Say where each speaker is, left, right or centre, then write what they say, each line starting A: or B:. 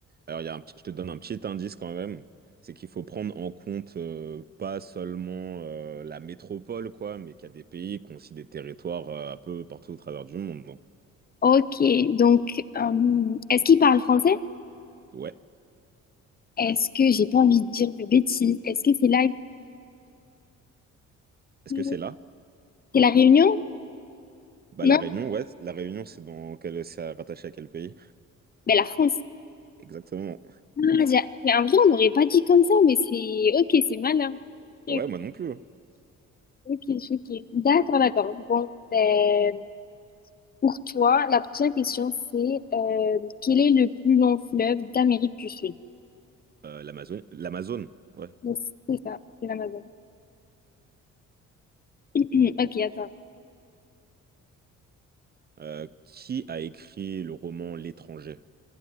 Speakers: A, on the right (about 35°); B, on the left (about 30°).
A: Alors, il y a un petit- je te donne un petit indice quand même. C'est qu'il faut prendre en compte euh, pas seulement euh, la métropole, quoi, mais qu'il y a des pays qui ont aussi des territoires euh, un peu partout au travers du monde. hein.
B: Ok, donc euh, est-ce qu'il parle français?
A: Ouais.
B: Est-ce que j'ai pas envie de dire de bêtises? Est-ce que c'est là
A: Est-ce
B: que-
A: que c'est là?
B: c'est la Réunion?
A: Bah,
B: Non?
A: la Réunion, ouais. La Réunion, c'est dans quel... c'est rattaché à quel pays?
B: Ben la France.
A: Exactement.
B: Ah, j'ai mais en vrai on n'aurait pas dit comme ça, mais c'est ok, c'est malin. Ok,
A: Ouais, moi non plus. hein.
B: ok, je suis ok. D'accord, d'accord. Bon, ben pour toi, la prochaine question c'est euh, quel est le plus long fleuve d'Amérique du Sud?
A: Euh, l'Amazon, l'Amazone, ouais.
B: Yes, C'est ça, c'est l'Amazon. <clears throat> Ok, attends.
A: Euh, qui a écrit le roman L'étranger?